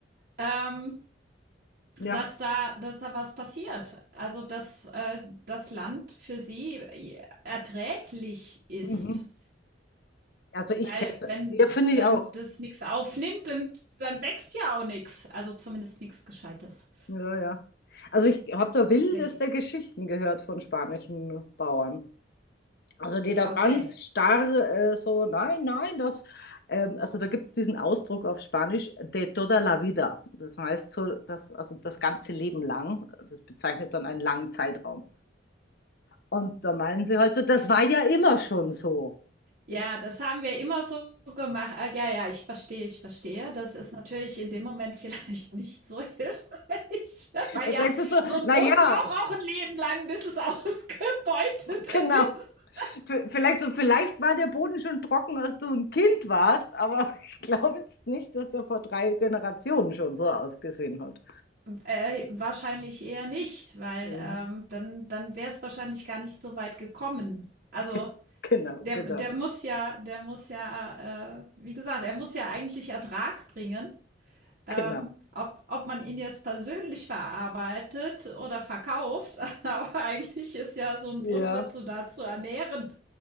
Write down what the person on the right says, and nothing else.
ähm,
dass da, dass da was passiert. Also, dass äh, das Land für sie äh, erträglich ist.
Weil
wenn
wenn
das nichts aufnimmt, dann dann wächst ja auch nichts Also, zumindest nichts Gescheites,
denke ich.
Okay.
Ja, das haben wir immer so gemacht. Ah, ja, ja, ich verstehe, ich verstehe. Das ist natürlich in dem Moment <laughs> vielleicht nicht so <laughs> hilfreich, weil
ja,
so ein
Boden braucht auch ein Leben lang, bis es <laughs> ausgebeutet
ist.
Äh, wahrscheinlich eher nicht, weil,
ähm, dann dann wäre es wahrscheinlich gar nicht so weit gekommen. Also
Der,
der muss ja, der muss ja, äh, wie gesagt, er muss ja eigentlich Ertrag bringen. Ähm,
ob, ob man ihn jetzt persönlich verarbeitet oder verkauft, <laughs> aber eigentlich ist ja so ein
Boden dazu da zu ernähren.